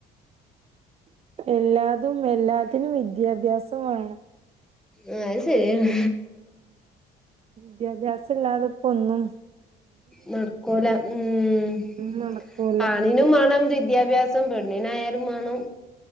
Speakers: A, on the right; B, in the centre.
A: എല്ലാതും എല്ലാത്തിനും വിദ്യാഭ്യാസം വാണം
B: ആഹ് അയ് ശെരിയെന്നെ
A: വിദ്യാഭ്യാസല്ലാതെ പ്പോന്നും
B: നടക്കൂല ഉം
A: ഒന്നും നടക്കൂല
B: പണി ണിനും മാണം വിദ്യാഭ്യാസം പെണ്ണിനായാലും മാണം